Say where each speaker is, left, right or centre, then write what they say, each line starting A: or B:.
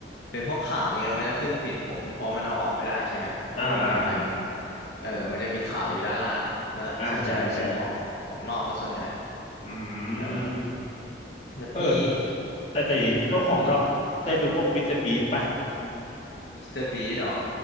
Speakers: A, on the left; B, on the left.
A: เป็นพวกข่าวเงี้ยมันก็จะขึ้นฟีดผมเพราะมันเอาออกไม่ได้ใช่ไหมเพราะผมอยู่ไทยมัน
B: อ่าอ่า
A: เออมันจะมีข่าวอยู่ด้านล่างแล้วส่วนใหญ่จะเป็นของของนอกซะส่วนใหญ่
B: อ่าใช่ใช่อืม
A: เออแล้วพี่
B: เออแต่แต่อย่างนี้พวกของนอกได้ดูพวกมิสเตอร์บีสป่ะ
A: แล้วพี่อ่ามิสเตอร์บีดหรอ